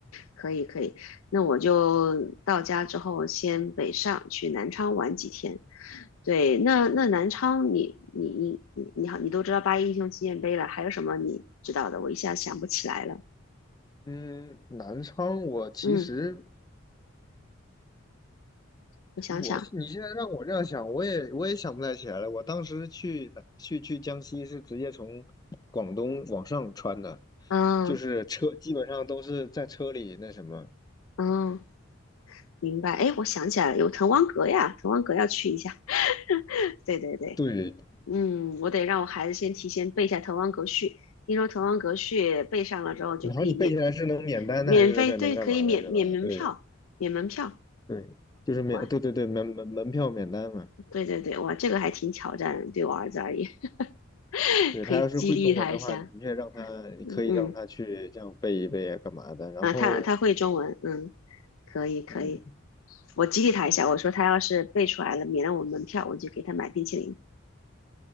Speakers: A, on the left (about 80°); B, on the left (about 20°).
A: 可以可以，那我就到家之后先北上去南昌玩几天。对，那那南昌你你你你你好，你都知道八一英雄纪念碑了，还有什么你知道的？我一下想不起来了。
B: 嗯，南昌我其实
A: 嗯，我想想，
B: 我你现在让我这样想，我也我也想不太起来了。我当时去哪去去江西是直接从广东往上穿的，
A: 嗯
B: 就是车基本上都是在车里那什么。
A: 嗯。明白。哎，我想起来了，有滕王阁呀，滕王阁要去一下。<laughs> 对对对，
B: 对，
A: 嗯，我得让我孩子先提前背一下《滕王阁序》。听说《滕王阁序》背上了之后就可以免
B: 然后你背下来是能免单的还是个能干嘛来着吧？
A: 免费，对，可以免免门票，
B: 对
A: 免门票。
B: 对，就是免对对对门门门票免单嘛。
A: 哇，对对对，哇，这个还挺挑战的，对我儿子而言，<laughs>
B: 对他要是会中文的话，
A: 可以激励他一下。
B: 你的确让他你可以让他去这样背一背啊干嘛的。
A: 嗯，
B: 然后
A: 啊，他他会中文，嗯，可以可以，
B: 嗯，
A: 我激励他一下，我说他要是背出来了，免了我门票，我就给他买冰淇淋。